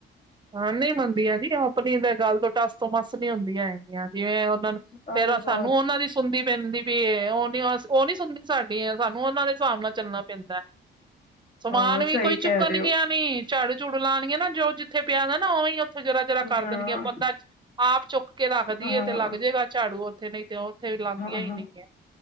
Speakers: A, on the right; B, on the left.
A: ਹਾਂ ਨਈ ਮੰਨਦੀਆਂ ਜੀ ਓ ਆਪਣੀ ਤਾਂ ਗੱਲ ਤੋਂ ਟਸ ਤੋਂ ਮੱਸ ਨੀ ਹੁੰਦੀਆਂ ਹੈਗੀਆਂ ਜਿਵੇਂ ਓਨਾਂ ਨੂੰ
B: ਅਰੇ
A: ਫੇਰ
B: ਬਹੁਤ
A: ਸਾਨੂੰ ਓਨਾਂ ਦੀ ਸੁਣਦੀ ਪੈਂਦੀ ਵੀ ਏ, ਓ ਨੀ ਸੁਨਦੀ ਸਾਡੀ ਆ ਸਾਨੂੰ ਓਨਾਂ ਦੀ ਹਿਸਾਬ ਨਾਲ ਚੱਲਣਾ ਪੈਂਦਾ ਐ, ਸਮਾਨ
B: ਹਾਂ
A: ਵੀ
B: ਸਹੀ
A: ਕੋਈ ਚੁੱਕਣ
B: ਕਹਿ ਰਹੇ ਹੋ
A: ਗੀਆਂ ਨੀ। ਝਾੜੂ-ਝੁੜੂ ਲਾਣਗੀਆਂ ਨਾ ਜੋ ਜ ਜਿਥੇ ਪਿਆ ਵਾ ਨਾ ਓਈ ਉੱਥੇ ਜਰਾ-ਜਰਾ ਕਰ
B: ਹਾਂ
A: ਦੇਣਗੀਆਂ ਬੰਦਾ, ਆਪ ਚੁੱਕ ਕੇ ਰੱਖਦੀ
B: ਹਾਂ
A: ਏ ਤੇ ਲੱਗ ਜੇਗਾ ਝਾੜੂ। ਨਈ ਤੇ ਓ ਉੱਥੇ ਵੀ ਲਾਦੀਆਂ
B: ਹਾਂ
A: ਹੀ
B: ਹਾਂ
A: ਨਈ ਐ।